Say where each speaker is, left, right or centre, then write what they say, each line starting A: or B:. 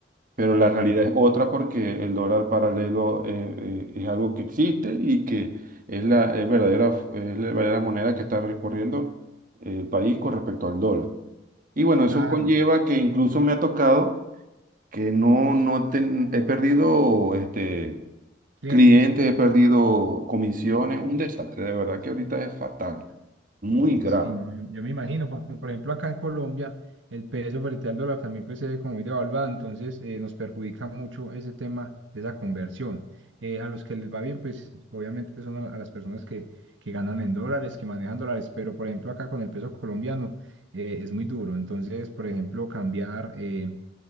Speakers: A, on the right; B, on the right.
A: Pero la
B: la-
A: realidad es otra porque el dólar paralelo eh, eh, es algo que existe y que es la, el verdadero, es la verdadera moneda que está recorriendo el país con respecto al dólar. Y bueno,
B: claro,
A: eso conlleva que incluso me ha tocado que no, no ten- he perdido este,
B: clientes.
A: clientes,
B: bueno.
A: he perdido comisiones, un desastre, de verdad que ahorita es fatal, muy grave.
B: Sí, no, yo, yo me imagino, porque por ejemplo acá en Colombia el peso frente al dólar también pues se ve como muy devaluado, entonces eh, nos perjudica mucho ese tema de esa conversión. Eh, a los que les va bien, pues obviamente son a, a las personas que, que ganan en dólares, que manejan dólares, pero por ejemplo acá con el peso colombiano eh, es muy duro, entonces por ejemplo cambiar eh,